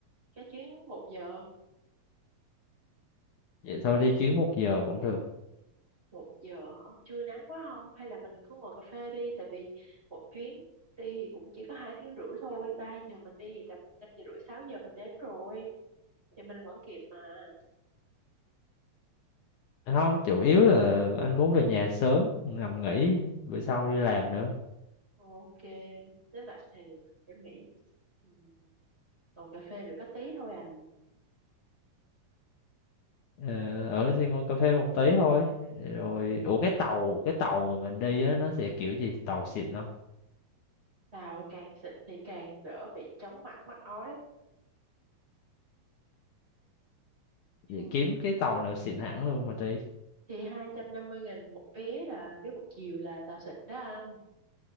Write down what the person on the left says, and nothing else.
vậy thôi đi chuyến một giờ cũng được
không chủ yếu là anh muốn về nhà sớm nằm nghỉ bữa sau đi làm nữa
Ờ, ở thì ngồi cà phê một tí thôi rồi ủa cái tàu cái tàu mà mình đi á nó sẽ kiểu gì tàu xịn không
Vậy
kiếm cái tàu nào xịn hẳn luôn mà đi